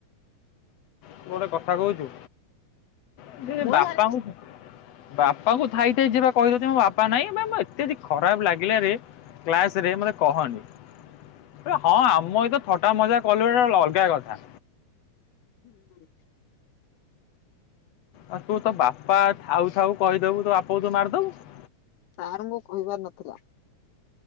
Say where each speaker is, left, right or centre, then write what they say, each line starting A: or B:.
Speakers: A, on the left (about 65°); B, on the left (about 90°).
A: ତୁ ଗୋଟେ କଥା କହୁଛୁ <unintelligible>
B: ମୁଁ
A: ବାପାଙ୍କୁ
B: ଜାଣିଛି।
A: ବାପାଙ୍କୁ ଥାଇଥାଇ ଯିବା କହିଦଉଛି ମୋ ବାପା ନାଇଁ ଏ ଏତ୍ୟାଦି ଖରାପ ଲାଗିଲାରେ। କ୍ଲାସ ରେ ମତେ କହନି ହଁ ଆମ ସହିତ ଥଟା ମଜା କଲୁ ଏଟା ଗୋଟେ ଅଲଗା କଥା।
B: ହୁଁ।
A: ଆ ତୁ ତ ବାପା ଥାଉ ଥାଉ କହିଦବୁ ତୋ ବାପକୁ ତୁ ମାରିଦବୁ।
B: ସାରଙ୍କୁ କହିବାର ନଥିଲା।